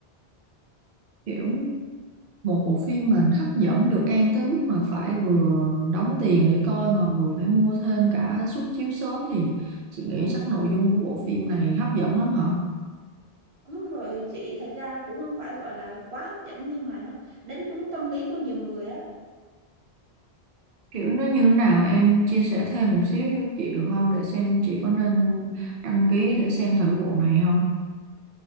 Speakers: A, on the right (about 65°); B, on the right (about 80°).
A: Kiểu một bộ phim mình hấp dẫn được em tới mức mà phải vừa đóng tiền để coi mà vừa phải mua thêm cả suất chiếu sớm thì chị nghĩ chắc nội dung của bộ phim này hấp dẫn lắm hả?
B: đúng rồi chị thật ra cũng không phải gọi là quá hấp dẫn nhưng mà nó đánh trúng tâm lý của nhiều người á
A: Kiểu nó như thế nào em chia sẻ thêm một xíu với chị được không để xem chị có nên đăng ký để xem thử bộ này không?